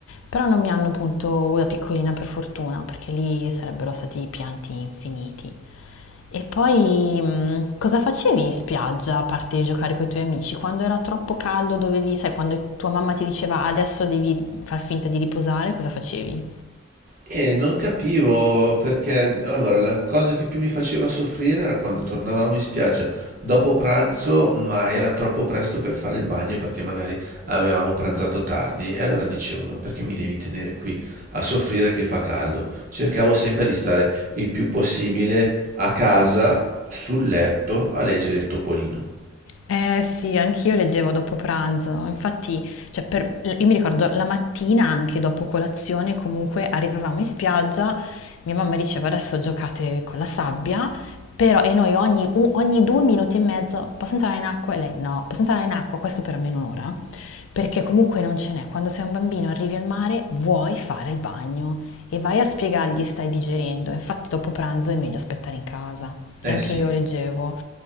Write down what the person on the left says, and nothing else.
Però non mi hanno punto da piccolina per fortuna, perché lì sarebbero stati pianti infiniti. E poi mm, cosa facevi in spiaggia a parte giocare con i tuoi amici? Quando era troppo caldo dovevi, sai, quando tua mamma ti diceva adesso devi far finta di riposare, cosa facevi?
Eh sì, anch'io leggevo dopo pranzo, infatti, cioè, per- io mi ricordo la mattina anche dopo colazione, comunque arrivavamo in spiaggia, mia mamma diceva adesso giocate con la sabbia, però e noi ogni, u- ogni due minuti e mezzo posso entrare in acqua e lei no, posso entrare in acqua, questo per almeno un'ora, perché comunque non ce n'è, quando sei un bambino arrivi al mare vuoi fare il bagno e vai a spiegargli stai digerendo, infatti dopo pranzo è meglio aspettare in casa
e anche
io leggevo.